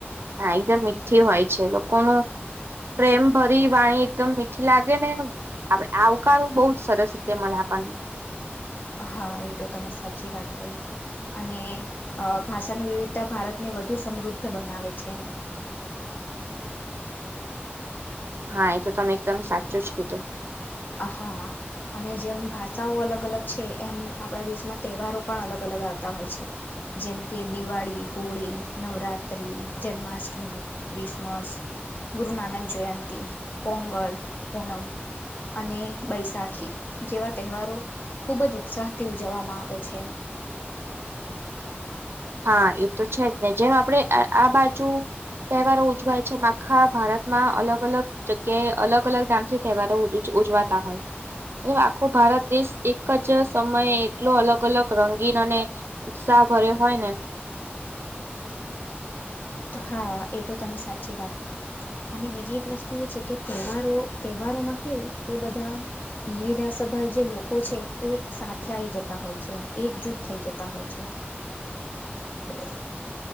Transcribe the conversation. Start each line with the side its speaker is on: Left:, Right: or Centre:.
Right: હા એકદમ મીઠી હોય છે લોકોનું. પ્રેમ ભરી વાણી એકદમ મીઠી લાગે ને. આપડ આવકારો બહુ જ સરસ રી મળે આપણને.
Left: હા એ તો તમે સાચી વાત કહી. અને ભાષાની વિવિધતા ભારતને વધુ સમૃદ્ધ બનાવે છે એમ.
Right: હા એ તો તમે એકદમ સાચું જ કીધું.
Left: આ હા અને જેમ ભાષાઓ અલગ અલગ છે એમ આપણા દેશમાં તહેવારો પણ અલગ અલગ આવતા હોય છે. જેમકે દિવાળી હોળી નવરાત્રિ જન્માષ્ટમી, ક્રિસમસ ગુરુ નાનક જયંતિ પોંગલ ઓણમ, અને બૈસાાખી જેવા તહેવારો ખુબ જ ઉત્સાહથી ઉજવવામાં આવે છે.
Right: હા એ તો છે જ ને જેમ આપડે આ બાજુ. તહેવારો ઉજવાય છે માખા ભારતમાં અલગ અલગ, જગ્યાએ અલગ અલગ નાામથી તહેવારો ઉજવાતા હોય આખો ભારત દેશ. એક જ સમયે એટલો અલગ અલગ રંગીન અને ઉત્સાહ ભર્યો હોય ને.
Left: હા એ તો તમે સાચી વાત કહી. અને બીજી એક વસ્તુ એ છે કે તહેવારો તહેવારોમાં કેવું કે બધા. વિવિધાસભર જે લોકો છે એક સાથે આઈ જતા હોય છે એકજૂથ થઈ જતા હોય છે, હ.